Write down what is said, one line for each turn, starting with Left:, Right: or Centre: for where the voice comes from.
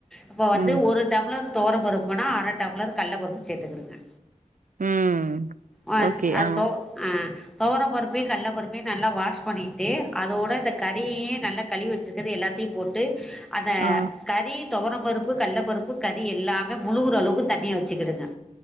Centre: இப்ப வந்து
Right: ம்,
Centre: ஒரு டம்ளர் தோரம் பருப்புன்னா அர டம்ளர் கள்ளபருப்பு சேத்துக்கிடுங்க
Right: ம்.
Centre: ஆ
Right: ஓகே.
Centre: அது
Right: ஆ,
Centre: தோ அ தொவரம் பருப்பயு கள்ள பருப்பயு நல்லா வாஷ் பண்ணிட்டு அதோட இந்த கறியயு நல்லா கழுவி வச்சிருக்கறது எல்லாத்தையு போட் டு அத
Right: ஆ,
Centre: கறி துவர பருப்பு கள்ள பருப்பு கறி எல்லாமே முழுகுற அளவுக்கு தண்ணிய வெச்சுக்கிடுங்க